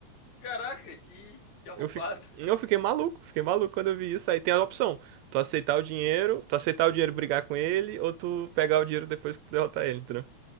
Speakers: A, on the left (about 70°); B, on the right (about 75°).
A: Caraca, que, que arrombado.
B: Eu fico, eu fiquei maluco, fiquei maluco quando eu vi isso. Aí tem a opção, tu aceitar o dinheiro, tu aceitar o dinheiro e brigar com ele, ou tu pegar o dinheiro depois que tu derrotar ele, entendeu?